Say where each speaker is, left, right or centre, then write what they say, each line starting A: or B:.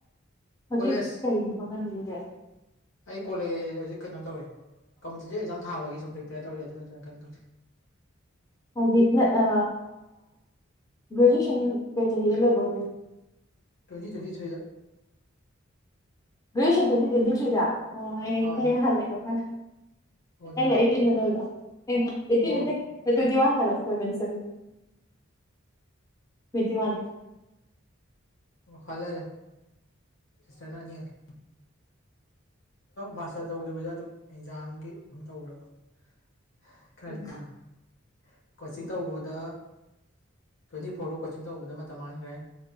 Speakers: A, on the left; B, on the left.
A: ꯍꯧꯖꯤꯛ
B: ꯀꯣꯂꯦꯖ
A: ꯀꯩ ꯍꯣꯠꯅꯔꯤꯒꯦ꯫
B: ꯑꯩ ꯀꯣꯂꯦꯖ ꯍꯧꯖꯤꯛ ꯀꯩꯅꯣ ꯇꯧꯋꯦ ꯀꯝꯄꯤꯇꯤꯇꯤꯞ ꯑꯦꯖꯥꯝ ꯊꯥꯕꯒꯤ ꯁꯨꯝ ꯄ꯭ꯔꯤꯄꯦꯌꯔ ꯇꯧꯔꯤ ꯑꯗꯨ ꯅꯠꯇꯅ ꯀꯩꯝ ꯇꯧꯗꯦ
A: ꯍꯥꯏꯗꯤ ꯅꯠ ꯑ ꯒ꯭ꯔꯦꯖꯨꯑꯦꯁꯟ ꯀꯩ ꯆꯍꯤꯗ ꯂꯣꯏꯕ ꯑꯣꯏꯗꯣꯏꯅꯣ
B: ꯇ꯭ꯋꯦꯟꯇꯤ ꯇ꯭ꯋꯦꯟꯇꯤ-ꯊ꯭ꯔꯤꯗ
A: <unintelligible> ꯇ꯭ꯋꯦꯟꯇꯤ ꯇ꯭ꯋꯦꯟꯇꯤ-ꯊ꯭ꯔꯤꯗ ꯑꯣ ꯑꯩ
B: ꯑꯥ
A: ꯑꯩ ꯍꯜꯂꯦꯀꯣ ꯈꯔ
B: ꯑꯣ ꯑꯗꯨꯅꯤ
A: ꯑꯩꯅ ꯑꯦꯠꯇꯤꯟꯅꯗ ꯂꯣꯏꯕ ꯑꯦꯠꯇꯤꯟ
B: ꯑꯣ
A: ꯅꯠꯇꯦ ꯗꯦꯠ ꯇꯣꯟꯏꯇꯤ ꯋꯥꯟ ꯍꯥꯏꯕ ꯁꯣꯏꯕꯅꯦ ꯁꯣꯏꯕꯅꯦ ꯇꯣꯏꯟꯇꯤ ꯋꯥꯟ
B: ꯑꯣ ꯍꯜꯂꯦ ꯍꯜꯂꯦ ꯁꯤꯁꯇꯔꯅ ꯑꯅꯤ ꯍꯜꯂꯦ ꯃꯥꯁꯇꯔ ꯇꯧꯗꯕꯤꯗ ꯑꯗꯨꯝ ꯑꯦꯛꯖꯥꯝꯒꯤ ꯑꯗꯨꯝ ꯇꯧꯈ꯭ꯔꯕ <unintelligible>
A: ꯎꯝ
B: ꯀꯣꯆꯤꯡ ꯇꯧꯕꯗ ꯇ꯭ꯋꯦꯟꯇꯤ ꯐꯣꯔ ꯑ ꯀꯣꯆꯤꯡ ꯇꯧꯕꯗ ꯃꯇꯝ ꯃꯥꯡꯈ꯭ꯔꯦ